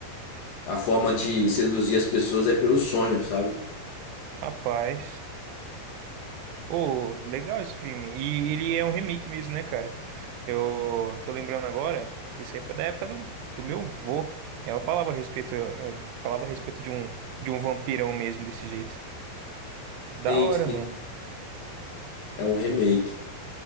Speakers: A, on the left (about 70°); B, on the right (about 85°).
A: a forma de seduzir as pessoas é pelo sonho, sabe?
B: Rapaz. Oh, legal esse filme. E ele é um remake mesmo, né, cara? Eu tô lembrando agora, isso aí foi da época do, do meu vô. Ela falava a respeito, eh, falava a respeito de um, de um vampirão mesmo, desse jeito. Da
A: Sim,
B: hora,
A: sim,
B: mano.
A: é um remake.